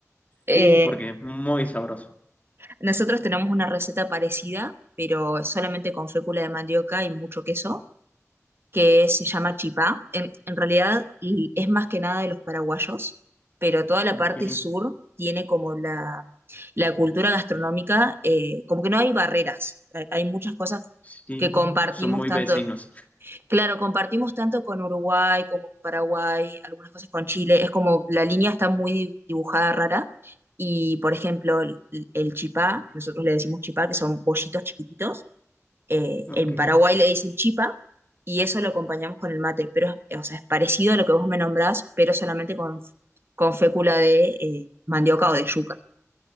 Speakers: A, on the right; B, on the left.
A: Eh,
B: sí, porque es muy sabroso.
A: nosotros tenemos una receta parecida, pero solamente con fécula de mandioca y mucho queso. que se llama Chipá. En, en realidad y es más que nada de los paraguayos, pero toda la
B: Ok,
A: parte sur tiene como la, la cultura gastronómica, eh, como que no hay barreras, hay, hay muchas cosas
B: sí,
A: que compartimos
B: son muy
A: tanto,
B: vecinos.
A: claro, compartimos tanto con Uruguay como con Paraguay, algunas cosas con Chile, es como la línea está muy di- dibujada rara. Y por ejemplo, el, el chipá, nosotros le decimos chipá, que son bollitos chiquititos, eh,
B: Ok,
A: en Paraguay le dicen chipa, y eso lo acompañamos con el mate, pero es- eh, o sea, es parecido a lo que vos me nombrás, pero solamente con, con fécula de eh, mandioca o de yuca,